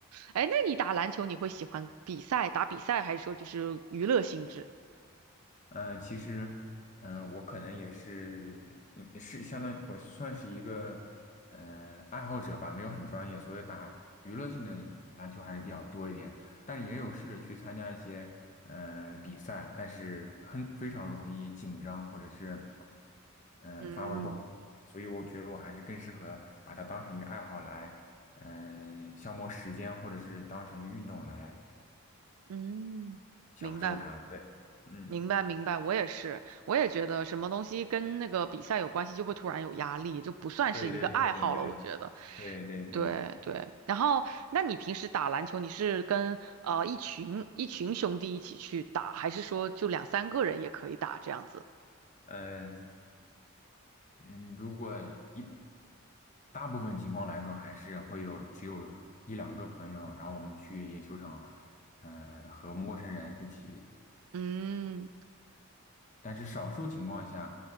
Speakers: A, on the right; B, on the left.
A: 哎，那你打篮球你会喜欢比赛打比赛，还是说就是娱乐性质？
B: 呃，其实，嗯、我可能也是，嗯是相当于我算是一个，呃，爱好者吧，没有很专业，所以打娱乐性的篮球还是比较多一点，但是也有试着去参加一些，呃，比赛，但是很非常容易紧张，或者是。嗯、
A: 嗯，
B: 发挥不好，所以我觉得我还是更适合把它当成一个爱好来，嗯、消磨时间，或者是当成一个运动来
A: 嗯，
B: 享受它。
A: 明白。
B: 对，嗯，
A: 明白明白，我也是，我也觉得什么东西跟那个比赛有关系，就会突然有压力，就不算是一个爱好了，
B: 对对对对对
A: 我觉得。
B: 对对对，
A: 对对，然后那你平时打篮球，你是跟呃一群一群兄弟一起去打，还是说就两三个人也可以打这样子？
B: 嗯、嗯，如果一大部分情况来说，还是会有只有一两个朋友，然后我们去野球场，呃，和陌生人一起。
A: 嗯
B: 但是少数情况下，